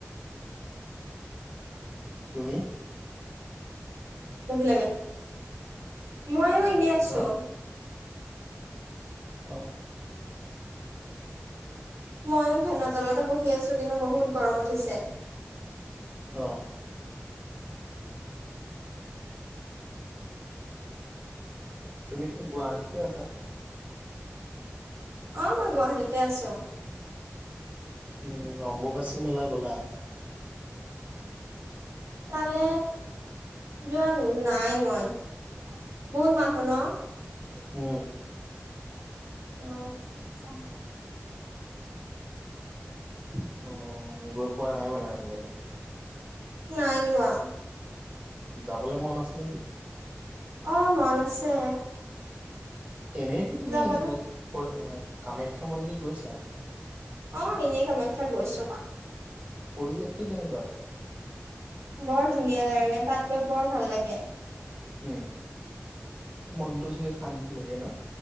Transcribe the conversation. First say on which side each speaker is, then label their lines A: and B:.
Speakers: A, on the right (about 25°); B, on the right (about 70°).
A: তুমি
B: চবজি লাগে, মইও এনে আছো।
A: হা? অ
B: মইও ফেনৰ তলতে বহি আছো, কিন্তু বহুত গৰম উঠিছে।
A: অ তুমিতো গুৱাহাটীতে আছা?
B: অ মই গুৱাহাটীতে আছো।
A: উম অম্বুবাচী মেলা গলা?
B: তালে যোৱা নাই মই, বহুত মানুহ ন।
A: উম
B: উ চা <inaudible>
A: অ গৈ পোৱা নাই মানে আজিলেকে
B: নাই যোৱা
A: যাবলে মন আছে নেকি?
B: অ মন আছে।
A: এনেতো তুমি
B: যাবলে
A: কৈ অ কামাখ্যা মন্দিৰ গৈছা
B: অ এনেই কামাখ্যাত গৈছো মই।
A: পৰিৱেশটো কেনেকোৱা তাত?
B: বৰ ধুনীয়া যেগাখিনি, তাত গৈ বৰ ভাল লাগে।
A: উম মনটো চাগে শান্তি লাগে ন।